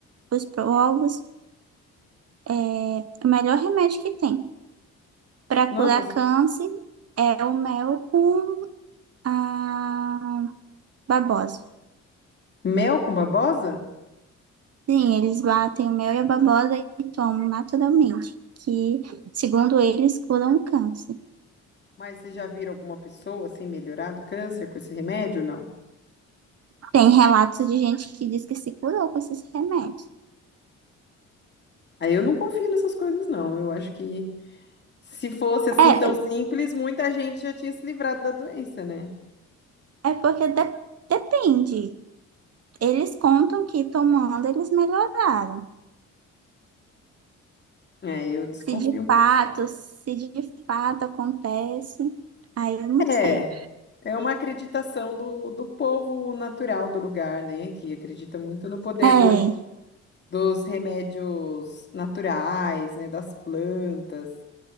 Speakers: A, on the right; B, on the left.
A: os povos é o melhor remédio que tem. Para
B: nossa,
A: curar câncer é o mel com a babosa.
B: mel com babosa?
A: Sim, eles batem o mel e a babosa e tomam naturalmente, que segundo eles curam o câncer.
B: Mas vocês já viram alguma pessoa assim melhorar do câncer com esse remédio? Não.
A: Tem relatos de gente que diz que se curou com esses remédios.
B: Aí eu não confio nessas coisas, não. Eu acho que se fosse assim
A: É,
B: tão simples, muita gente já tinha se livrado da doença, né?
A: É porque de- depende. Eles contam que tomando eles melhoraram.
B: É, eu desconfio.
A: Se de fato, se de fato acontece, aí eu não sei.
B: É, é uma acreditação do, do povo natural do lugar, né? Que acredita muito no poder
A: É,
B: dos dos remédios naturais, né? Das plantas.